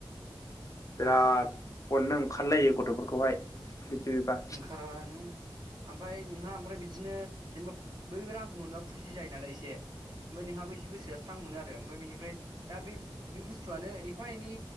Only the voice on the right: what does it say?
ओंखाराबा नों ओमफाय नोंहा ओमफ्राय बिदिनो जेनेबा बैबो रांखौ मोनबा खुसि जायो नालाय एसे ओमफ्राय नोंहाबो एसे गोसोआ स्रां मोनो आरो ओमफाय बिनिफ्राय दा बे बे बुस्थुआनो एफा एनै